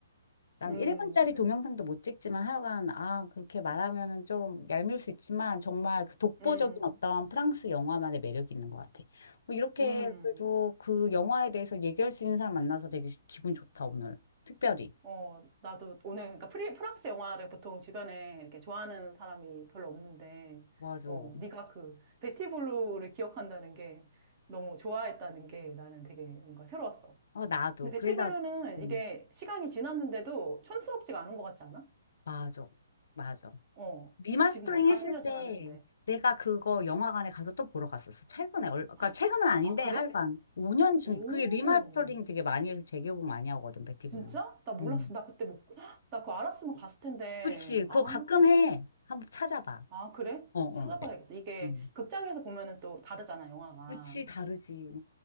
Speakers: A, on the left; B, on the right.
A: 난
B: 음,
A: 1분짜리
B: 그래서.
A: 동영상도 못 찍지만 하여간, 아, 그렇게 말하면은 좀 얄미울 수 있지만, 정말 그 독보적인
B: 음,
A: 어떤 프랑스 영화만의 매력이 있는 것 같아. 뭐 이렇게
B: 음.
A: 그래도 그 영화에 대해서 얘기할 수 있는 사람 만나서 되게 기분 좋다, 오늘. 특별히.
B: 어, 나도 오늘, 그러니까 프리, 프랑스 영화를 보통 주변에 이렇게 좋아하는 사람이 별로 없는데,
A: 맞아.
B: 어,
A: 어,
B: 네가 그, 베티 블루를 기억한다는 게 너무 좋아했다는 게 나는 되게 뭔가 새로웠어.
A: 나도.
B: 근데
A: 그래서,
B: 베티 블루는
A: 음,
B: 이게 시간이 지났는데도 촌스럽지가 않은 것 같지 않아?
A: 맞아. 맞아.
B: 어,
A: 리마스터링
B: 지금 벌써
A: 했을
B: 40년
A: 때
B: 지났는데.
A: 내가 그거 영화관에 가서 또 보러 갔었어. 최근에. 얼- 그러니까
B: 헉,
A: 최근은 아닌데
B: 아, 그래?
A: 하여간 5년 중
B: 오,
A: 그게 리마스터링 되게 많이 해서 재개봉 많이 하거든. 백티블루.
B: 진짜? 나 몰랐어.
A: 음.
B: 나 그때 못, 헉, 나 그거 알았으면 갔을 텐데.
A: 그치. 그거
B: 아.
A: 가끔 해. 한번 찾아봐.
B: 아, 그래?
A: 어, 어.
B: 찾아봐야겠다. 이게
A: 음.
B: 극장에서 보면은 또 다르잖아, 영화가.
A: 그치, 다르지.